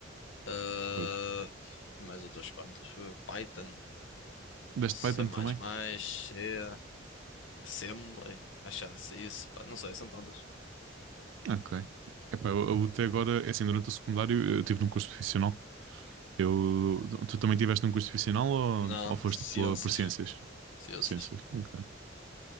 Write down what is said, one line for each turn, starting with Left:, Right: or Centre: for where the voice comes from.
Left: ah,
Right: Foi.
Left: mais outras contas. Foi Python,
Right: Deste
Left: C++,
Right: Python também?
Left: C, Assembly, achado isso. Pá, não sei, são tantas.
Right: Ok. Epá, eu, eu até agora, é assim, durante o secundário eu tive num curso profissional. Eu, tu também tiveste num curso profissional ou,
Left: Não,
Right: ou foste
Left: ciências.
Right: pela, por ciências?
Left: Ciências.
Right: Ciências, ok.